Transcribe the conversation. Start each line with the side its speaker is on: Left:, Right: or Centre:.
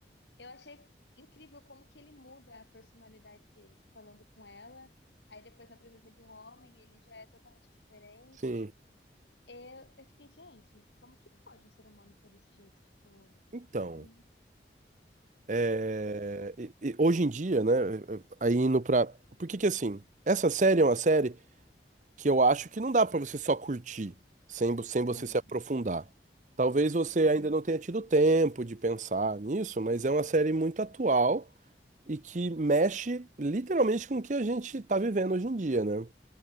Left: Eu achei incrível como que ele muda a personalidade dele, falando com ela. Aí depois, na presença de um homem, ele já é totalmente diferente.
Right: Sim.
Left: Eu, eu fiquei, gente, como que pode um ser humano ser desse jeito? Tipo,
Right: Então,
Left: hum,
Right: é,
Left: sei lá.
Right: e- e hoje em dia, né? Aí indo pra. Por que que assim? Essa série é uma série. que eu acho que não dá pra você só curtir, sem, vo- sem você
Left: Uhum,
Right: se aprofundar. Talvez você
Left: sim,
Right: ainda não tenha tido tempo de pensar nisso, mas é uma série muito atual e que mexe literalmente com o que a gente tá vivendo hoje em dia, né?